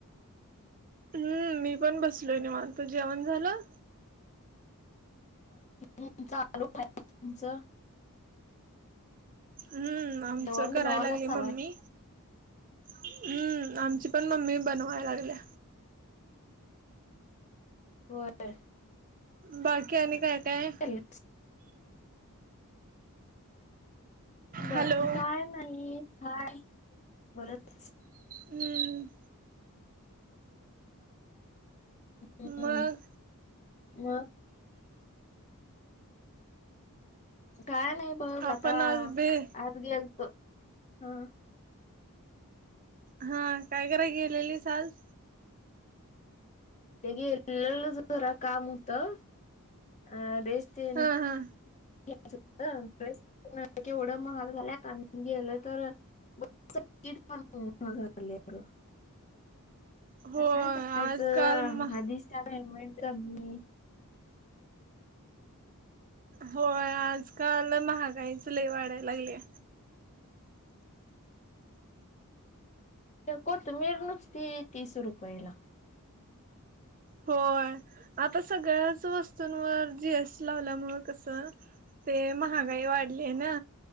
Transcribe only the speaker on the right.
उम्म मी पण बसलोय निवांत जेवण झालं?
हम्म आमचं
कराय
लागले
मम्मी
हम्म आमची पण मम्मी बनवाय लागलया.
बाकी आणि काय-काय?
हॅलो
हम्म.
मग
आपण
आज बे
हा काय कराय गेलेलीस आज?
हा हा
होय
आजकाल म
होय आजकाल महागाईच लई वाढाय लागल्या.
होय आता सगळ्याच वस्तूंवर जी एस टी लावल्यामूळं कसं ते महागाई वाढलीये ना